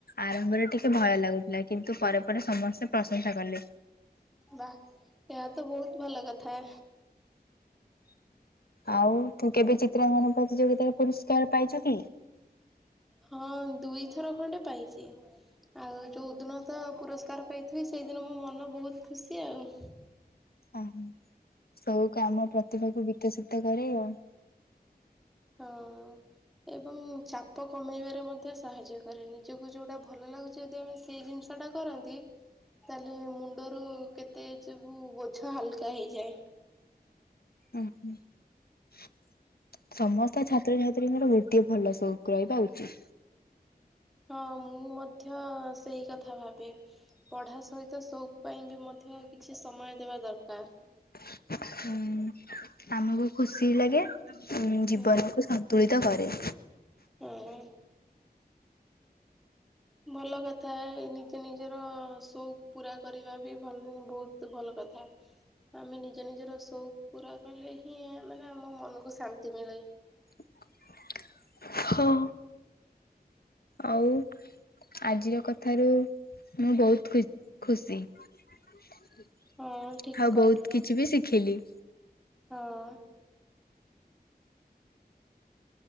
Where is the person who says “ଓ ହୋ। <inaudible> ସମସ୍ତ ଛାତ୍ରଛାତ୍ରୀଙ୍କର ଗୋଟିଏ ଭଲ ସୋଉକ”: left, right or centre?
Left